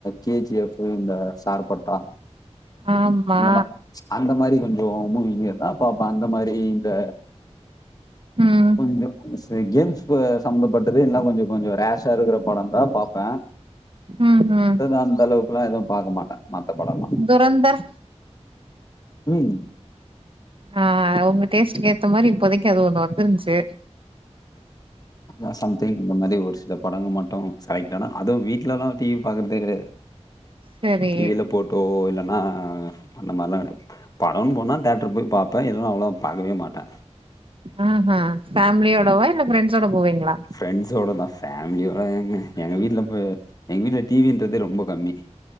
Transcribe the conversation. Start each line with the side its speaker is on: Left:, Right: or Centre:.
Left: கேஜி எஃப் இந்த சார்ப்பட் ஆ
Right: ஆமா
Left: இந்த மா அந்த மாரி கொஞ்சோ மூவிங்க தா பாப்ப அந்த மாரி இந்த
Right: ம்
Left: கொஞ்சோ சரி கேம்ஸ் சம்மந்தப்பட்டது இல்னா கொஞ்சோ கொஞ்சோ ரேஷா இருக்கிற படம் தா பாப்பே
Right: ம் ம்
Left: அ அந்த அளவுக்குல்லா எதுவு பாக்க மாட்ட மத்த படம்லா
Right: துரந்தர்
Left: ம்
Right: ஆ உங்க டேஸ்ட்டுக்கு ஏத்த மாரி இப்போதைக்கு அது ஒன்னு வந்துருந்ச்சு
Left: அ சம்திங் இந்த மாரி ஒரு சில படங்க மட்டு செலக்ட் ஆனா அதுவு வீட்லல்லா டிவி பாக்கறதே கெடையாது
Right: சேரி
Left: டிவில போட்டோ இல்லன்னா அந்த மாரிலா கெட படோனு போனா தேட்ரு போய் பாப்பே இல்லன அவளோ பாக்கவே மாட்டே
Right: ம்ஹீ ஃபேமிலியோடவா இல்ல பிரெண்ட்சோட போவீங்களா
Left: ஃப்ரெண்ட்ஸோட தா ஃபேமிலியோட எங்க எங்க வீட்ல போய் எங்க வீட்ல டிவின்றதே ரொம்ப கம்மி